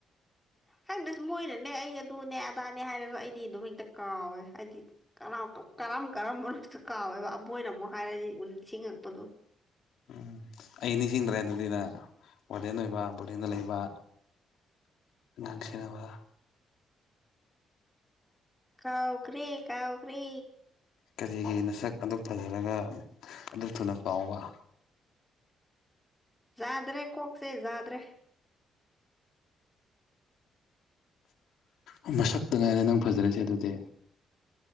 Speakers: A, in the centre; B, on the left (about 75°).
A: ꯈꯪꯗꯦ ꯁꯨꯝ ꯃꯣꯏꯅꯅꯦ ꯑꯩ ꯑꯗꯨꯅꯦ ꯑꯗꯥꯅꯦ ꯍꯥꯏꯔꯒ ꯑꯩꯗꯤ ꯑꯗꯨꯝ ꯍꯦꯛꯇ ꯀꯥꯎꯋꯦ ꯍꯥꯏꯗꯤ ꯀꯔꯥꯎꯀꯞ ꯀꯔꯝ ꯀꯔꯝꯕꯅꯣꯁꯨ ꯀꯥꯎꯋꯦꯕ ꯑꯃꯣꯏꯅ ꯑꯃꯨꯛ ꯍꯥꯏꯔꯗꯤ ꯃꯨ ꯅꯤꯡꯁꯤꯡꯉꯛꯄꯗꯣ
B: ꯎꯝ ꯑꯩ ꯅꯤꯡꯁꯤꯡꯗ꯭ꯔꯦ ꯑꯗꯨꯗꯤ ꯅꯥ ꯋꯥꯔꯗꯦꯟ ꯑꯣꯏꯕ ꯕꯣꯔꯗꯤꯡꯗ ꯂꯩꯕ ꯅꯪ ꯁꯦꯅꯕ
A: ꯀꯥꯎꯒ꯭ꯔꯦ ꯀꯥꯎꯒ꯭ꯔꯦ
B: ꯀꯔꯤꯒꯤ ꯅꯁꯛ ꯑꯗꯨꯛ ꯐꯖꯔꯒ ꯑꯗꯨꯛ ꯊꯨꯅ ꯀꯥꯎꯕ
A: ꯖꯥꯗ꯭ꯔꯦ ꯀꯣꯛꯁꯦ ꯖꯥꯗ꯭ꯔꯦ
B: ꯎꯝ ꯃꯁꯛꯇ ꯉꯥꯏꯔꯦ ꯅꯪ ꯐꯖꯔꯤꯁꯦ ꯑꯗꯨꯗꯤ